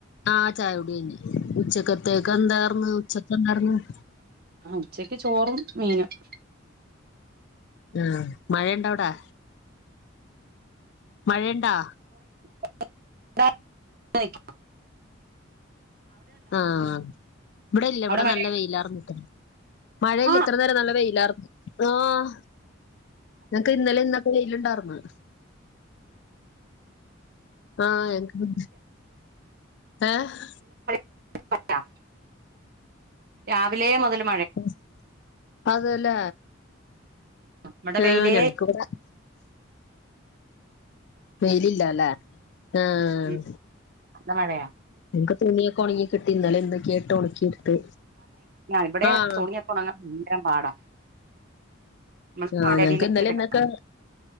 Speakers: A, on the left (about 60°); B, on the right (about 50°).
A: ആഹ് ചായകുടി കഴിഞ്ഞ്. ഉച്ചക്കത്തേക്കെന്താർന്ന് ഉച്ചക്കെന്താർന്ന്-
B: ആ ഉച്ചക്ക് ചോറും മീനും-
A: ആഹ് മഴ ഇണ്ടാ അവിടാ? മഴ ഇണ്ട്- ണ്ടാ?
B: <unintelligible>
A: ആഹ് ഇവ്ടെ ല്ല
B: അവിടെ
A: ഇവ്ട
B: മഴ
A: നല്ല വെയിലാർന്ക്കെ മഴയില്ല
B: ആഹ്
A: ഇത്ര നേരം നല്ല വെയിൽ ഇല്ലാർന്നു ആഹ് നിനക്ക് ഇന്നലെ ഇന്ന പ്പ വെയ്ല്ണ്ടാർന്ന് ആഹ് എ <unintelligible> ഏഹ്
B: <unintelligible> രാവിലേ മൊതലും
A: <unintelligible> അതെല്ലേ
B: ഇവിടെ
A: ആഹ്
B: വെയിലേ
A: ഞങ്ങക്ക്വ്ട <inaudible> വെയ്ലില്ല ല്ലേ ആഹ്
B: ഇല്ല. നല്ല മഴയാ
A: ഇൻക് തുണീക്കൊണങ്ങി കിട്ടീന്നലെ ഇന്നൊക്കായിട്ട് ഒണക്കി ഇട്ത്ത്
B: ഇവിടെ
A: ആഹ്
B: തുണിയൊക്കെ ഉണങ്ങാൻ ഭയങ്കരം പാടാ നമ്മള്
A: ആഹ്
B: കാലടിയിലൊക്കെ
A: ഞങ്ങ്ക്ക് ഇന്നലെ
B: ഇട്ടിട്ട്.
A: ഇന്നക്ക